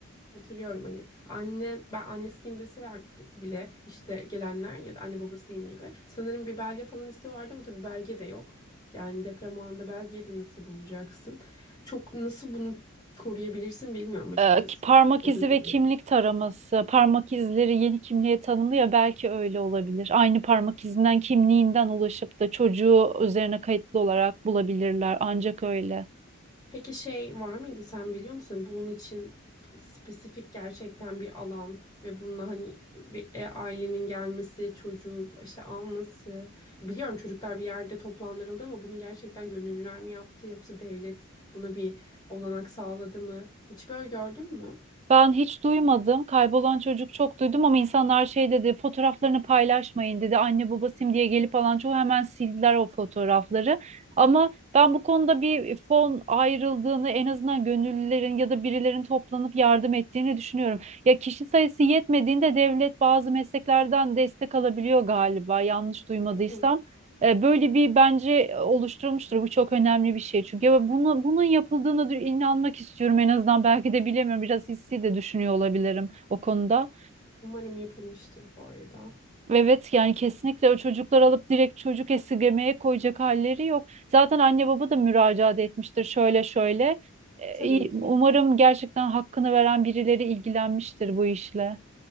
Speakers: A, on the left; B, on the right.
A: Hatırlıyorum hani anne ben annesiyim deseler bile işte gelenler ya da anne babasıyım gibi sanırım bir belge falan istiyorlardı ama tabii belge de yok. Yani deprem o anda belgeyi de nasıl bulacaksın? Çok nasıl bunu koruyabilirsin bilmiyorum açıkçası.
B: Eee, ki parmak
A: O
B: izi
A: düzeni.
B: ve kimlik taraması. Parmak izleri yeni kimliğe tanımlı ya belki öyle olabilir. Aynı parmak izinden kimliğinden ulaşıp da çocuğu üzerine kayıtlı olarak bulabilirler. Ancak öyle.
A: Peki şey var mıydı sen biliyor musun? Bunun için spesifik gerçekten bir alan ve bununla hani ve- e, ailenin gelmesi, çocuğu işte alması. E, Biliyorum çocuklar bir yerde toplandırıldı ama bunu gerçekten gönüllüler mi yaptı yoksa devlet buna bir olanak sağladı mı? Hiç böyle gördün mü?
B: Ben hiç duymadım. Kaybolan çocuk çok duydum ama insanlar şey dedi, fotoğraflarını paylaşmayın dedi. Anne baba diye gelip alan çoğu hemen sildiler o fotoğrafları. Ama ben bu konuda bir fon ayrıldığını en azından gönüllülerin ya da birilerin toplanıp yardım ettiğini düşünüyorum. Ya kişi sayısı yetmediğinde devlet bazı mesleklerden destek alabiliyor galiba yanlış duymadıysam.
A: Hı.
B: E, Böyle bir bence oluşturmuştur. Bu çok önemli bir şey. Çünkü ya buna, bunun yapıldığına dü- inanmak istiyorum en azından. Belki de bilemiyorum. Biraz hissi de düşünüyor olabilirim o konuda.
A: Umarım yapılmıştır bu arada.
B: Evet yani kesinlikle o çocuklar alıp direkt çocuk esirgemeye koyacak halleri yok. Zaten anne baba da müracaat etmiştir şöyle şöyle. E,
A: Tabii
B: iyi-
A: ki.
B: Umarım gerçekten hakkını veren birileri ilgilenmiştir bu işle.